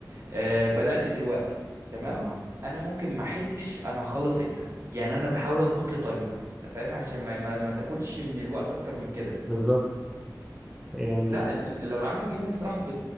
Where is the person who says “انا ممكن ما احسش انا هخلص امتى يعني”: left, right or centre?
Right